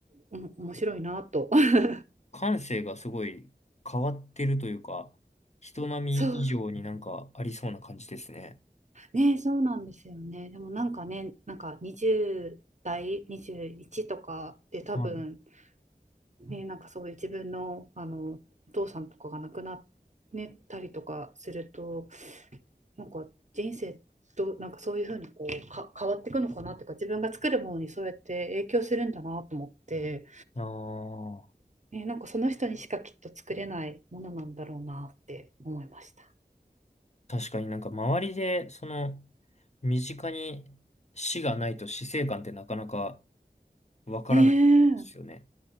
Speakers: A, on the right; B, on the left.
A: う、面白いなと <laughs>。
B: 感性がすごい変わってるというか、人並み以上になんかありそうな感じですね。
A: そうね、そうなんですよね。でもなんかね、なんか20代、21とかで多分、
B: はい。
A: ね、なんかそういう自分の、あのお父さんとかが亡くなっ、ねたりとかすると、なんか人生どなんかそういうふうにこうか変わっていくのかなっていうか自分が作るものにそうやって影響するんだなと思って
B: ああ、
A: ね、なんかその人にしかきっと作れないものなんだろうなって思いました。
B: 確かになんか周りで、その、身近に死がないと死生観ってなかなかわからないところですよね。
A: ねえ、